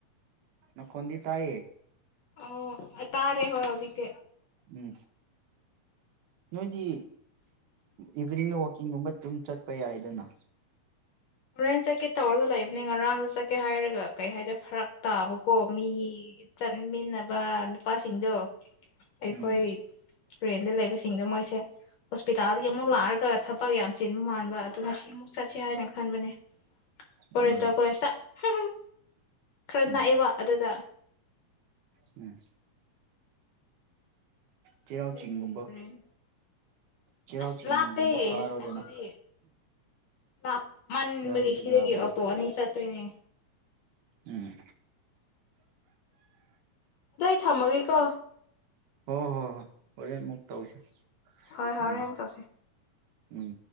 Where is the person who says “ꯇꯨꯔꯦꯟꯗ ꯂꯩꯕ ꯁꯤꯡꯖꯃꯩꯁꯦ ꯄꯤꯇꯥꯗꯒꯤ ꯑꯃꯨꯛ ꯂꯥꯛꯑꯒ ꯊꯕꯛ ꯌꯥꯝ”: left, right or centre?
Left